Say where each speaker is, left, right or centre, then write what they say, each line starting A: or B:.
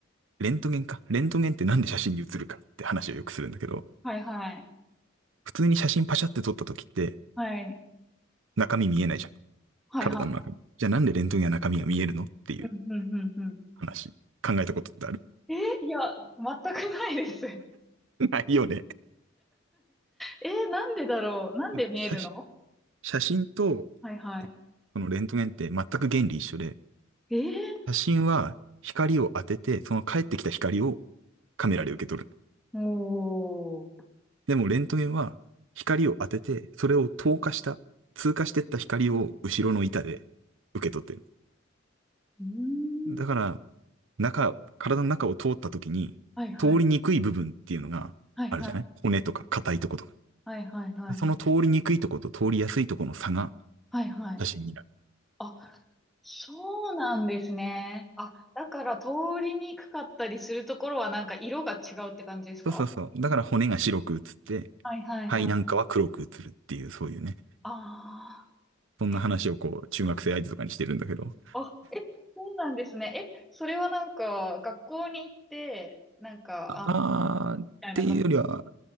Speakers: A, on the right; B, in the centre.
A: レントゲンか。レントゲンってなんで写真に写るかって話をよくするんだけど、
B: はいはい。
A: 普通に写真パシャって撮った時って
B: はい。
A: 中身見えないじゃん。
B: はいはい。
A: 体の中身。じゃあなんでレントゲンは中身が見えるのっていう
B: うんうんうんうん。
A: 話。考えたことってある
B: ええいや、全くないです。<laughs> え
A: <laughs> ないよね。
B: ーなんでだろうなんで見えるの
A: 写真写真と、
B: はいはい。
A: えこのレントゲンって全く原理一緒で、
B: え
A: 写真は光を当てて、その返ってきた光をカメラで受け取る。
B: ー、おー。
A: でもレントゲンは光を当てて、それを透過した、通過してった光を後ろの板で受け取ってる。
B: うーん。
A: だから、中、体の中を通った時に、
B: はいはい。
A: 通りにくい部分っていうのがあるじゃない骨とか硬いとことか。
B: はいはい。はいはいはいはい。
A: その通りにくいとこと通りやすいとこの差が
B: はいはい。
A: 写真になる。
B: あ、そうなんですね。あ、だから通りにくかったりするところはなんか色が違うって感じですか
A: そうそうそう。だから骨が白く映って、
B: はいはいはい。
A: 肺なんかは黒く映るっていう、そういうね。
B: あ
A: そんな話をこう、
B: あ、え、
A: 中学生相手とかにしてるんだけど。
B: あ、そうなんですね。え、それはなんか学校に行って、なんか、
A: ああー、
B: あの、みたいなこと。
A: っていうよりは、